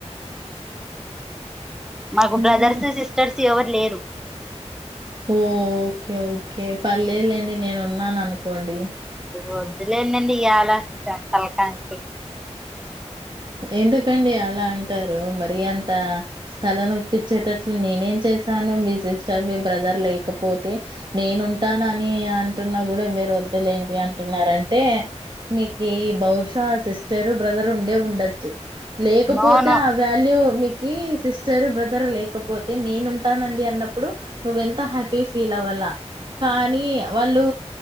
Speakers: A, in the centre; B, on the right (about 40°).
A: మాకు
B: ఉమ్.
A: బ్రదర్స్ సిస్టర్స్ ఎవరు లేరు
B: ఓ ఓకే ఓకే పర్లేలేండి నేను ఉన్నాను అనుకోండి
A: వద్దులేనండి ఎలా తలకాయణప్పి
B: ఎందుకండి అలా అంటారు మరి అంత తలనొప్పించేటట్లు నేనేం చేసాను మీ సిస్టర్ మీ బ్రదర్ లేకపోతే నేను ఉంటాను అని అంటున్నా కూడా వద్దలేంటి అంటున్నారంటే మీకు బహుశా సిస్టరు బ్రదర్ ఉండే ఉండదు లేకపోతే
A: నో నో
B: ఆ వ్యాల్యూ మీకు సిస్టర్ బ్రదర్ లేకపోతే నేను ఉంటానండి అన్నప్పుడు నువ్వ ఎంత హ్యాపీ ఫీల్ అవ్వాలి కానీ వాళ్ళు